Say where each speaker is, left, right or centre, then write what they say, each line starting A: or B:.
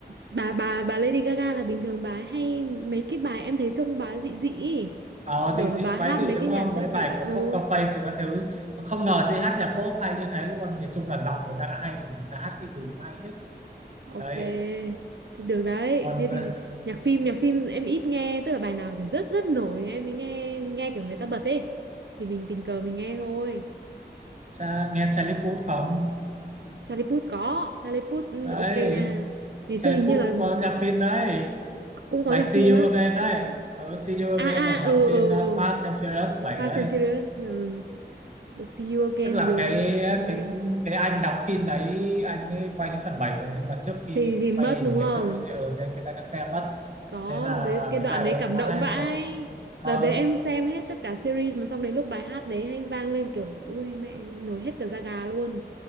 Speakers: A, on the right; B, on the right.
A: bà bà bà Lady Gaga là bình thường bà ấy hay mấy cái bài em thấy trông bà dị dị ý.
B: Ờ
A: Thì tưởng
B: dị dị
A: là bà hát
B: quái dị
A: mấy
B: đúng
A: cái
B: không
A: nhạc dị
B: Mấy
A: dị.
B: bài
A: Ừ,
B: kiểu Poker Face rồi các thứ Không ngờ chị hát nhạc pop hay như thế luôn Nhìn chung là giọng người ta đã hay rồi Người ta hát cái gì cũng hay hết
A: ok.
B: Đấy
A: Thì được đấy.
B: còn
A: Thế thì
B: à,
A: nhạc phim nhạc phim em ít nghe, tức là bài nào kiểu rất rất nổi thì em mới nghe nghe kiểu người ta bật ấy. Thì mình tình cờ mình nghe thôi.
B: cha, nghe Charlie Puth không
A: Charlie Puth có, Charlie Puth ừ,
B: Đấy
A: ok nha. Ngày
B: Charlie
A: xưa hình như
B: Puth
A: là
B: cũng có nhạc phim đấy
A: cũng có
B: Bài
A: nhạc
B: See
A: phim
B: You
A: á.
B: Again đấy Ừ, See You Again
A: À à
B: là nhạc
A: ừ
B: phim
A: ừ
B: à,
A: ừ
B: Fast and Furious
A: Ờ,
B: 7
A: Fast
B: đấy
A: and Furious ừ, The See You Again
B: tức là
A: được
B: cái
A: Nghe-
B: cái cái anh đóng phim đấy anh ấy quay đến phần 7 rồi nhưng mà trước khi
A: thì thì mất
B: quay hình
A: đúng không?
B: cái series đấy ờ thì anh người ta đã xem mất
A: Có
B: thế là
A: cái, cái
B: cái
A: đoạn
B: bài
A: đấy
B: đấy
A: cảm
B: quá
A: động
B: hay
A: vãi.
B: luôn ờ
A: Đợt đấy em xem hết tất cả series mà xong đến lúc bài hát đấy hay vang lên kiểu ui mẹ nổi hết cả da gà luôn.